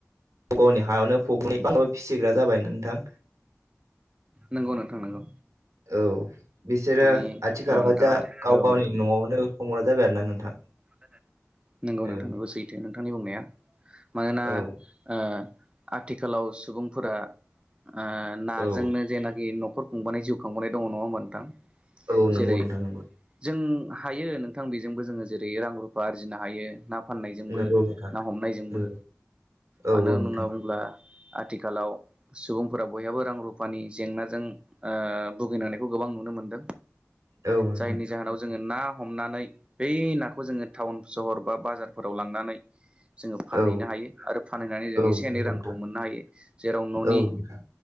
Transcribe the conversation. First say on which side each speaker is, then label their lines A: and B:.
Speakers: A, on the right; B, on the right.
A: गाव गावनि हायावनो फख्रिनि <unintelligible> फिसिग्रा जाबायना नोंथां
B: नंगौ नोंथां नंगौ
A: औ बिसोरो
B: माने
A: आथिखालावहाय
B: औ नोंथाङा
A: जा गाव
B: औ
A: गावनि न'आवनो हमग्रा जाबाय आरना नोंथां
B: <unintelligible> नोंगौ
A: औ
B: नोंथां नोंगौ सैथो नोंथांनि बुंनाया मानोना
A: औ
B: ओ आथिखालाव सुबुंफोरा ओ नाजोंनो
A: औ
B: जेनाखि न'खर खुंबोनाय जिउ खांबोनाय दङ' नङा होमा नोंथां
A: औ औ नंगौ
B: जेरै
A: नोंथां नंगौ
B: जों हायो नोंथां बेजोंबो जोङो जेरै रां रुफा आरजिनो हायो ना फाननायजोंबो
A: नंगौ नोंथां
B: ना हमनायजोंबो
A: नंगौ औ
B: मानो
A: औ नोंथां
B: होनना बुङोब्ला आथिखालाव सुबुंफोरा बयहाबो रां रुफानि जेंनाजों ओ बुगिनांनायखौ गोबा बां नुनो मोनदों
A: औ नोंथां
B: जायनि जाहोनाव जोङो ना हमनानै बै नाख खौ जोङो थाउन सहर बा बाजारफोराव लांनानै जोङो फानहैनो
A: औ
B: हायो आरो फानहैनानै जों
A: औ
B: एसे
A: नंगौ
B: एनै रांखौ
A: नोंथां
B: मोननो हायो जेराव न'नि
A: औ नोंथां